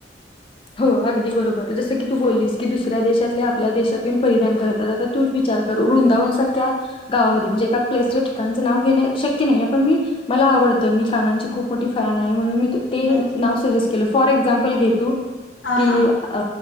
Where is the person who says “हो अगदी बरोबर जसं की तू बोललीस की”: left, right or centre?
Left